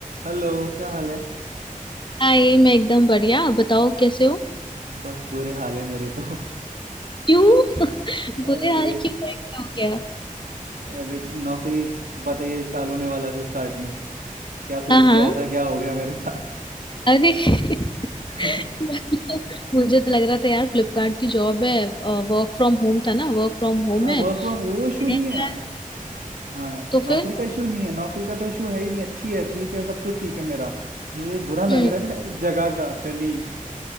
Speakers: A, on the right (about 80°); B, on the left (about 35°).
A: Hello क्या हाल है
B: हाय मैं एकदम बढ़िया आप बताओ कैसे हो
A: बस बुरे हाल है मेरे तो
B: क्यों <laughs>
A: <laughs> अरे
B: बुरे हाल क्यों है क्या हो गया
A: अरे नौकरी तो पता ही है एक साल होने वाला है फ्लिपकार्ट में क्या सोच
B: हाँ हाँ
A: के आया था क्या हो गया मेरे साथ
B: अरे <laughs>
A: <laughs>
B: मतलब मुझे तो लग रहा था यार फ्लिपकार्ट की जॉब है वर्क फ्रॉम होम था ना वर्क फ्रॉम होम
A: हाँ
B: है
A: वर्क फ्रॉम वो इशू
B: मैंने
A: नहीं
B: कहा,
A: है हाँ
B: तो
A: नौकरी
B: फिर
A: का इशू नहीं है नौकरी का तो इशू है ही नहीं अच्छी है ठीक है सब कुछ ठीक है मेरा मुझे बुरा लग
B: हम्म
A: रहा है <laughs> जगह का दिल्ली